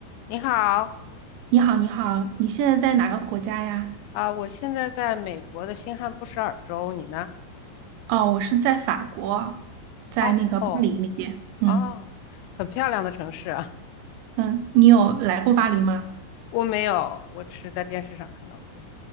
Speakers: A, on the left; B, on the right.
A: 你好，
B: 你好，你好，你现在在哪个国家呀？
A: 啊、我现在在美国的新罕布什尔州，你呢？
B: 哦，我是在法国，在那个巴黎那边。
A: 哦哦
B: 嗯
A: 哦很漂亮的城市啊！
B: 嗯，你有来过巴黎吗？
A: 我没有，我只是在电视上看到过。